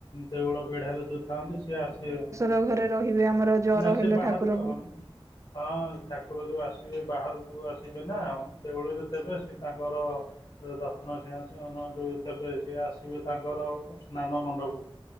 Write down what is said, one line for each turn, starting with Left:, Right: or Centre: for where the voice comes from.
Left: ଦେଉଳ ବେଢାରେ ଯୋଉ ଥାଆନ୍ତି ସିଏ ଆସିବ
Right: ତାଙ୍କ ଘରେ ରହିବେ
Left: ହ
Right: ଆମର ଜର
Left: ନା
Right: ହେଲେ
Left: ସେ ବାହାରକୁ
Right: ଠାକୁରଙ୍କୁ
Left: ହହନି। ହଁ ଠାକୁର ଯୋଉ ଆସିବେ ବାହାରକୁ ଆସିବେ ନା ଦେଉଳରେ ଥିବ ସେ ତାଙ୍କର ଯତ୍ନ ସିଂ ଯୋଉତେବେ ସିଏ ଆସିବେ ତାଙ୍କର ସ୍ନାନ ମଣ୍ଡପକୁ।